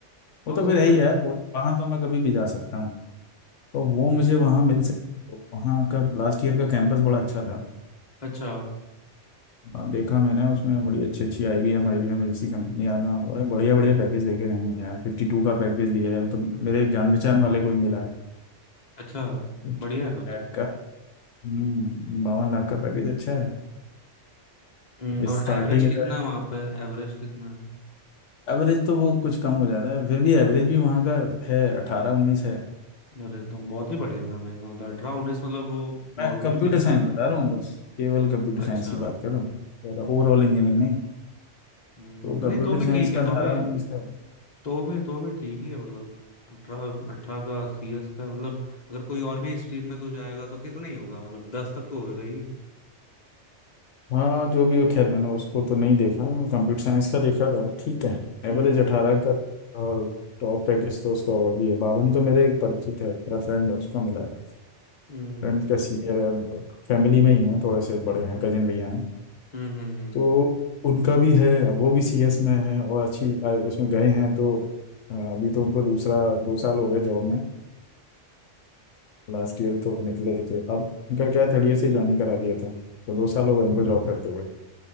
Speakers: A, on the left; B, on the left.
A: वो
B: हो
A: तो
B: सकता
A: फिर है ही
B: है
A: यार वो वहाँ तो मैं कभी भी जा सकता तो वो मुझे
B: हम्म
A: वहाँ मिल सकती है वहाँ का लास्ट ईयर का कैंपस बड़ा अच्छा था
B: अच्छा
A: और देखा मैंने उसमें बड़ी अच्छी अच्छी आई बी एम आई बी एम जैसी कंपनियाँ का बड़े बढ़िया बढ़िया पैकेज देखे गए हैं यार फिफ्टी टू का पैकेज भी है तो मेरे एक जान पहचान वाले को ही मिला है
B: अच्छा
A: 50
B: बढ़िया है ना फिर
A: लाख
B: तो
A: का हम्म बावन लाख का पैकेज अच्छा है
B: हम्म और
A: स्टार्टिंग
B: एवरेज
A: है
B: कितना
A: तो
B: है वहां पे एवरेज कितना है
A: एवरेज तो वो कुछ कम हो जाता है फिर भी एवरेज भी वहाँ का है अठारह उन्नीस है
B: अरे एकदम बहुत ही बढ़िया था भाई मतलब अठारह उन्नीस मतलब वो
A: मैं
B: नॉर्मली
A: कंप्यूटर
B: मिलता
A: साइंस
B: नहीं
A: बता
B: है
A: रहा हूँ बस केवल कंप्यूटर
B: अच्छा
A: साइंस की बात कर रहा हूँ ज़्यादा ओवरऑल
B: हम्म
A: इंजीनियरिंग नहीं
B: हम्म,
A: तो कंप्यूटर
B: नहीं तो भी
A: साइंस
B: ठीक है
A: का अठारह
B: तो भी
A: उन्नीस का
B: तो भी तो भी ठीक ही है मतलब अठारह अठारह का सीएस का मतलब अगर कोई और भी स्ट्रीम में तो जाएगा तो कितना ही होगा मतलब दस तक तो होगा ही
A: हाँ जो भी हो खैर मैंने उसको तो नहीं देखा कंप्यूटर साइंस का देखा था ठीक है
B: हम्म
A: एवरेज अठारह का और टॉप पैकेज तो उसका और भी है बावन तो मेरे एक परिचित है मेरा फ्रेंड है उसको मिला है
B: हम्म
A: फ्रेंड का सीनियर है फैमिली में ही है थोड़े से बड़े हैं कजन भैया हैं
B: हम्म हम्म
A: तो उनका भी है अब वो भी सीएस में है और अच्छी आ- उसमें गए हैं तो अ, अभी तो उनको दूसरा दो साल हो गए जॉब में लास्ट ईयर तो निकले थे अब उनका क्या है थर्ड ईयर से ज्वाइनिंग करा दिया था तो दो साल हो गए उनको जॉब करते हुए